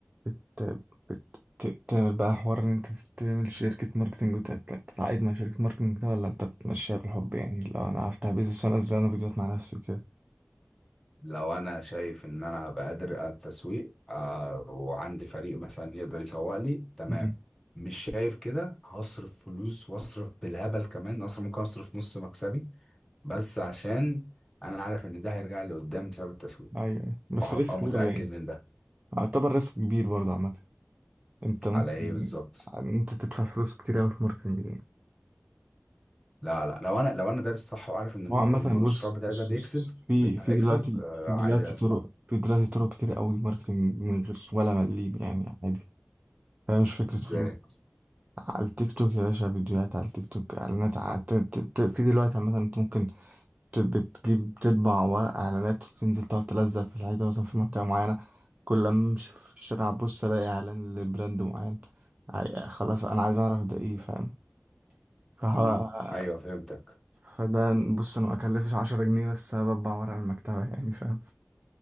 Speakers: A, on the right; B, in the centre.
A: بت... بت... ت- تعمل بقى حوار ان انت تعمل شركة ماركتنج وتتعاقد مع شركة ماركتنج كده ولا انت بتمشيها بالحب يعني لو انا هفتح بيزنس وانا انزل انا فيديوهات مع نفسي وكده
B: لو أنا شايف إن أنا هبقى قادر على التسويق آه وعندي فريق مثلا يقدر يسوق لي تمام
A: مم.
B: مش شايف كده هصرف فلوس وأصرف بالهبل كمان أصرف ممكن أصرف نص مكسبي بس عشان أنا عارف إن ده هيرجع لي قدام بسبب التسويق
A: ايوه أيوة. بس
B: وهبقى
A: ريسك
B: متأكد
A: برضه يعني
B: من ده
A: اعتبر ريسك كبير برضه عامة انت ممكن
B: على إيه بالظبط
A: ان انت تدفع فلوس كتير قوي في ماركتنج يعني
B: لا لا لو أنا لو أنا دارس صح وعارف إن المو-
A: هو عامة
B: المشروع
A: بص
B: بتاعي
A: بص
B: ده بيكسب
A: بص في في
B: هيكسب
A: دلوقتي
B: آه
A: في
B: عادي
A: دلوقتي
B: هدفع
A: طرق في دلوقتي طرق كتير قوي ماركتنج من غير ولا مليم يعني عادي فهي مش فكرة فلوس
B: إزاي؟
A: على التيك توك يا باشا فيديوهات على التيك توك اعلانات على- ت- ت- ت- في دلوقتي مثلا انت ممكن ت- بتجيب تطبع ورق اعلانات وتنزل تقعد تلزق في الحيطه مثلا في منطقه معينه كل ما امشي في الشارع ابص الاقي اعلان لبراند معين عاي- خلاص انا عايز اعرف ده ايه فاهم فه-
B: مم. أيوه
A: <laughs>
B: فهمتك
A: فده بص انا ما اكلفش 10 جنيه بس بطبع ورق من المكتبه <laughs> يعني فاهم